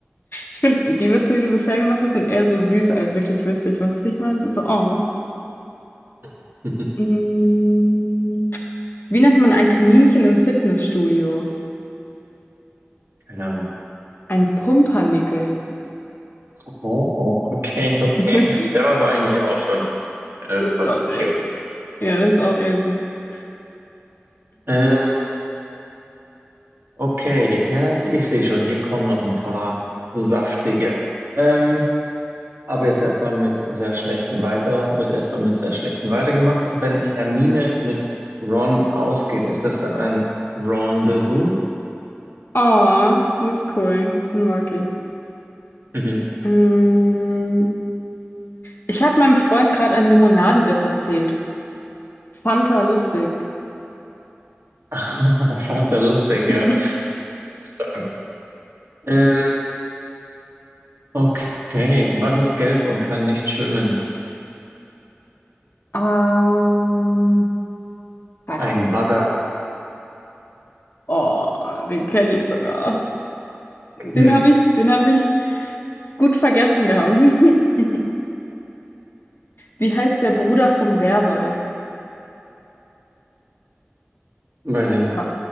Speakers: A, on the left; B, on the right.
A: ich finde, die Witze, die du bisher gemacht hast, sind eher so süß als wirklich witzig. Was ich meine, es ist so, oh.
B: <laughs>
A: Mm, Wie nennt man ein Kaninchen im Fitnessstudio?
B: Keine Ahnung.
A: Ein Pumpernickel.
B: Oh, oh, okay, okay.
A: <laughs>
B: Der war aber eigentlich auch schon äh,
A: Das
B: fast
A: ist auch eher,
B: cute.
A: ja, das ist auch eher süß. <clears throat>
B: Ähm, okay, ja, ich, ich sehe schon, hier kommen noch ein paar saftige. Ähm, aber jetzt erstmal mit sehr schlechten weiter, wird erstmal mit sehr schlechten weitergemacht. Wenn Hermine mit Ron ausgeht, ist das dann ein Rendezvous?
A: Oh, das ist cool. Den mag ich.
B: Mhm.
A: Mm, Ich habe meinem Freund gerade einen Limonadenwitz erzählt. Fanta lustig.
B: <laughs> Fand er lustig, ja.
A: <laughs>
B: Stark. Ähm, okay, was ist gelb und kann nicht schwimmen?
A: Ähm, keine
B: Ein
A: Ahnung.
B: Bagger.
A: Oh, den kenne ich sogar. Den
B: Hm,
A: habe ich, den habe ich gut vergessen gehabt. <laughs> Wie heißt der Bruder vom Werwolf?
B: weiß ich nicht.
A: Wa